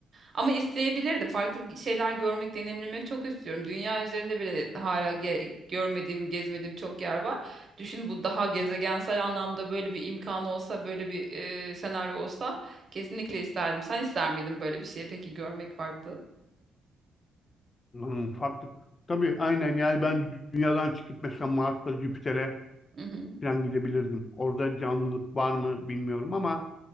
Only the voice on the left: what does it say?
Hmm, farklı. Tabii aynen yani ben dünyadan çıkıp mesela Mars'a, Jüpiter'e
falan gidebilirdim. Orada canlılık var mı bilmiyorum ama